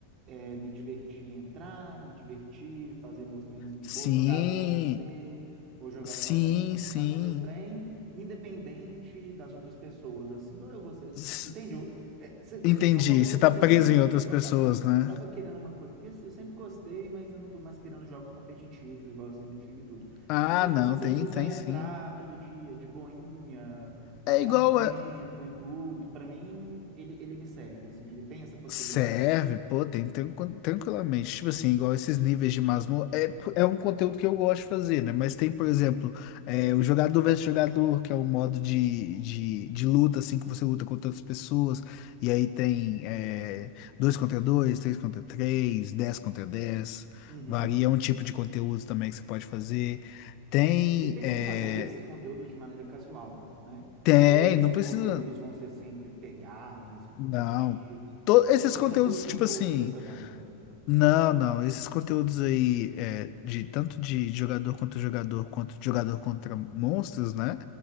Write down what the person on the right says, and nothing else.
É, me divertir em entrar, me divertir, fazer meus trenzinhos de
boa, jogar às vezes com você, ou jogar
sozinho,
fazer meus trem, independente das outras pessoas, assim, ou eu vou ser.
Entende? Eu- é, cê-
é igual eu conversei
com
você
aquele dia,
que
eu tava,
que eu tava querendo uma coisa, porque assim, eu sempre gostei, mas eu não tô mais querendo jogos competitivos, igual eu sempre tive e tudo.
Então, tipo
assim, se
eu quiser
entrar
todo dia de boinha, passar
um tempo
e tudo, pra mim, ele, ele me serve, assim, ele tem essa possibilidade.
Uhum.
E tem
como fazer esses conteúdos de maneira casual, né?
Ou esses
conteúdos vão ser sempre pegados e competitivos?
Que
Eu tô querendo
fugir
um pouco
dessa vibe.